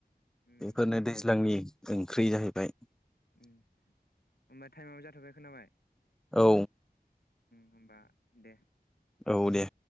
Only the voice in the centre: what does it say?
बेफोरनो दैज्लांनि ओंख्रि जाहैबाय
औ
औ दे